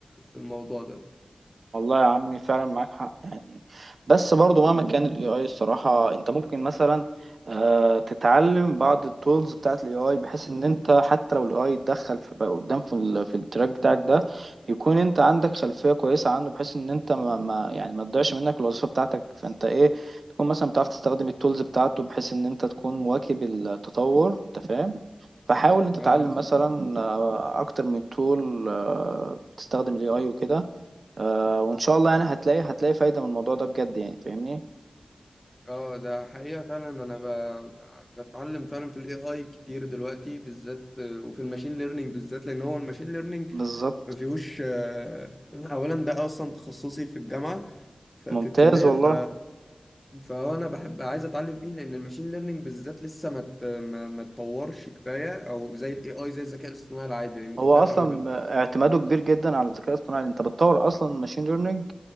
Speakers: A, on the left; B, on the right.
A: في الموضوع ده
B: والله يا عمي فعلا معاك حق يعني بس برضو مهما كان الاي اي الصراحة انت ممكن مثلا آه، تتعلم بعض التولز بتاعت الاي اي بحيث ان انت حتى لو الاي اي اتدخل في بقى قدام في, ال- في التراك بتاعك ده يكون انت عندك خلفية كويسة عنه بحيث ان انت ما, ما يعني ما تضيعش منك الوظيفة بتاعتك فانت ايه تكون مثلا بتعرف تستخدم التولز بتاعته بحيث ان انت تكون مواكب التطور انت فاهم فحاول انت
A: اه
B: تتعلم
A: بالظبط
B: مثلا آه، اكتر من تول بتستخدم الاي اي وكده آه وان شاء الله يعني هتلاقي هتلاقي فايدة من الموضوع ده بجد يعني فاهمني
A: اه ده حقيقة فعلا انا ب... ب- بتعلم فعلا في الاي اي كتير دلوقتي بالذات آه، وفي الماشين ليرنينج بالذات لان هو الماشين ليرنينج
B: بالظبط
A: ما فيهوش آه، اولا ده اصلا تخصصي في الجامعة ف- في
B: ممتاز
A: الكلية
B: والله
A: ف فانا بحب عايز اتعلم فيه لان الماشين ليرنينج بالذات لسه ما ت- ما ما اتطورش كفايه او زي الاي اي زي الذكاء الاصطناعي العادي لان في
B: هو
A: فرق
B: اصلا
A: ما بينهم
B: اعتماده كبير جدا على الذكاء الاصطناعي انت بتطور اصلا ماشين ليرنينج